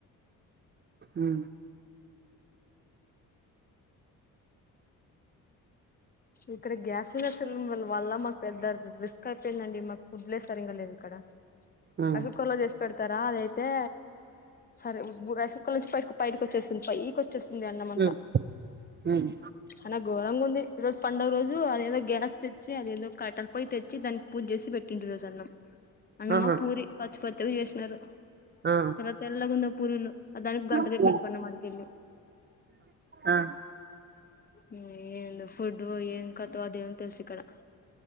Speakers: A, on the right (about 30°); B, on the left (about 25°).
A: హ్మ
B: ఇక్కడ గ్యాస్ సిలిండర్స్ వల్ల వాళ్ళ మాక్ పెద్ద రిస్క్ అయిపోయిందండి. మాకు ఫుడ్లే సరింగా లేవు ఇక్కడా.
A: ఉమ్
B: రస కొల్ల చేస్ పెడతరా అదైయిత్ తే సరే బూ రసక్ పొక్కల నుంచి పైటకి బైటకు వచ్చేస్తుంది పైకి వచ్చేస్తుంది అన్నమంట.
A: ఉమ్ ఉమ్
B: చానా ఘోరంగ ఉంది. రోజు పండగ రోజూ అదేదో గ్యాస్ తెచ్చి. అదేందో కట్టల పొయ్యి తెచ్చి దానికి పూజ చేసి పెట్టిండు ఈ రోజు అన్నం. అన్నమా
A: ఆహా
B: పూరి పచ్ పచ్చడి చేసినారు.
A: ఆ
B: చాల తెల్లగుంది ఆప్ పురీలు అ దానికి గంటసేపు
A: ఉమ్
B: నిలుపడినాము ఆడికెళ్ళి.
A: ఆ ఆ,
B: నీ ఎందుకు ఫుడ్ వోయి ఏం కత్ ఆ దేవున్కి తెల్సు ఇక్కడా.